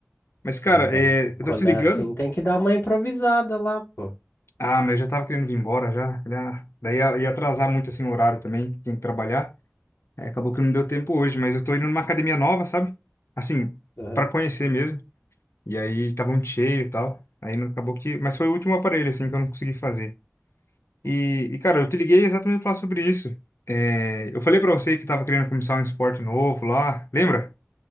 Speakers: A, on the left; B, on the left.
A: Mas, cara,
B: Ah, daí,
A: é, eu
B: quando
A: tô te ligando.
B: é assim, tem que dar uma improvisada lá, pô.
A: Ah, mas eu já tava querendo vir embora já. Falei, ah, daí ia, ia atrasar muito assim o horário também, que tinha que trabalhar. É, acabou que não deu tempo hoje, mas eu tô indo numa academia nova, sabe? Assim,
B: Aham.
A: pra conhecer mesmo. E aí tava muito cheio e tal. Aí não acabou que. Mas foi o último aparelho, assim, que eu não consegui fazer. E, e cara, eu te liguei exatamente pra falar sobre isso. É, eu falei pra você que tava querendo começar um esporte novo lá. Lembra?